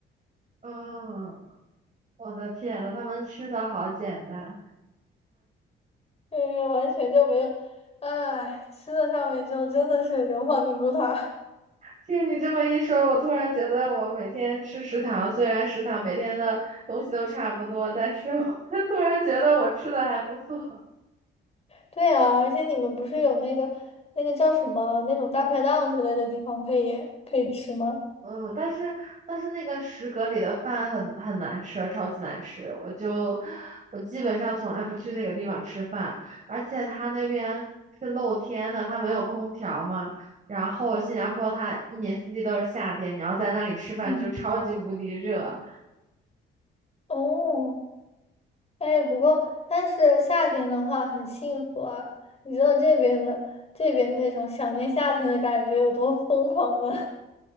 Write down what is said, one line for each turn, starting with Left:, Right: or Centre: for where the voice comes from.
Right: 嗯，我的天呐，他们吃的好简单。
Left: 嗯，完全就没有，哎，吃的上面就真的是流放宁古塔。
Right: 听你这么一说，我突然觉得我每天吃食堂，虽然食堂每天的东西都差不多，但是我 <laughs> 突然觉得我吃的还不错。
Left: 对啊，而且你们不是有那个那个叫什么那种大排档之类的地方可以可以吃吗？
Right: 嗯，但是但是那个食阁里的饭很很难吃，超级难吃。我就我基本上从来不去那个地方吃饭，而且它那边是露天的，它没有空调嘛。然后新加坡它一年四季都是夏天，你要在那里吃饭就超级无敌热。
Left: 嗯，哦，哎，不过但是夏天的话很幸福啊！你知道这边的这边那种想念夏天的感觉有多疯狂吗？<laughs>